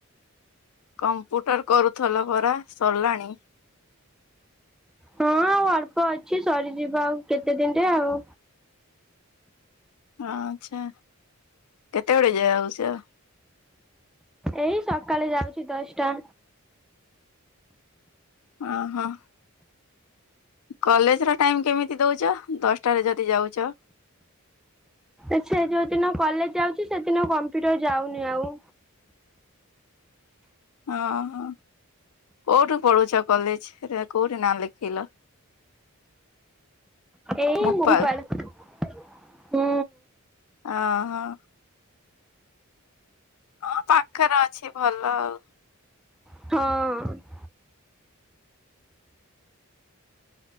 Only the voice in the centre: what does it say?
ହଁ, ଆଉ ଅଳ୍ପ ଅଛି, ସରିଯିବ ଆଉ କେତେ ଦିନରେ ଆଉ।
ଏଇ ସକାଳେ ଯାଉଛି ଦଶଟା।
ଆଚ୍ଛା, ଯୋଉ ଦିନ କଲେଜ ଯାଉଚି, ସେଦିନ କମ୍ପ୍ୟୁଟର ଯାଉନି ଆଉ।
ଏଇ
ମୁଗୁପାଳ, ହୁଁ।
ହଁ।